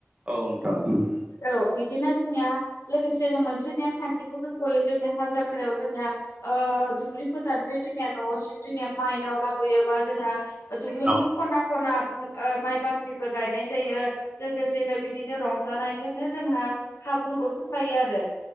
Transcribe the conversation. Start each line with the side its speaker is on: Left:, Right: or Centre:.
Right: औ नोंथां उम
Left: औ बिदिनो जोंनिया लोगोसेनो मोनसे नेम खान्थिबो दंबयो जोंनि हाल जांख्रायाव जोंनिया ओ ओ दुब्लि फोथारफ्राय जोंनिया न'सिम जोंनिया माइनाव लाबोयोबा जोंना दुब्लिनि
Right: औ
Left: खना ख ना माइ बाख्रि गायनाय जायो लोगोसेनो बिदिनो रंजानायजोंनो जोंहा हाब्रुबो फोनफायो आरो